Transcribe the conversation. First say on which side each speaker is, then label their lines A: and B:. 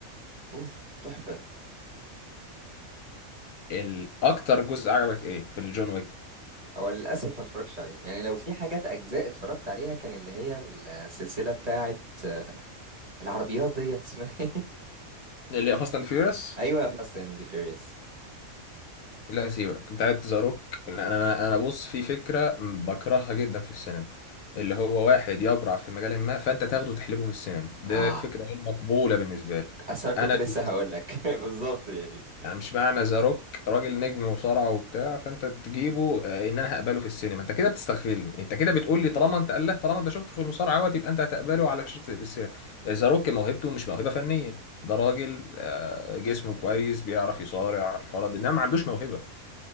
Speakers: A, on the right (about 30°); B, on the left (about 75°).
A: أوف تحفة
B: الاكتر جزء عجبك ايه في الجون ويك
A: هو للأسف ما اتفرجتش عليهم يعني لو في حاجات أجزاء اتفرجت عليها كان اللي هي السلسلة بتاعة آه، العربيات ديت اسمها ايه
B: اللي فاست اند فيوريوس
A: <laughs> أيوة فاست أند فيوريوس
B: لا سيبك بتاعت ذا روك انا انا انا بص في فكره بكرهها جدا في السينما اللي هو واحد يبرع في مجال ما فانت تاخده وتحلبه في السينما ده
A: آه
B: فكره غير مقبوله بالنسبه لي
A: أصل أنا كنت
B: انا
A: لسه
B: بالنسبة-
A: هقول لك <laughs> بالظبط يعني
B: يعني مش معنى ذا روك راجل نجم وصارع وبتاع فانت تجيبه آه، ان انا هقبله في السينما انت كده بتستغفلني انت كده بتقول لي طالما انت قال له طالما انت شفته في المصارعه اهوت يبقى انت هتقبله على شاشه السينما ذا روك موهبته مش موهبه فنيه ده راجل آه، جسمه كويس بيعرف يصارع الحوارات دي انما ما عندوش موهبه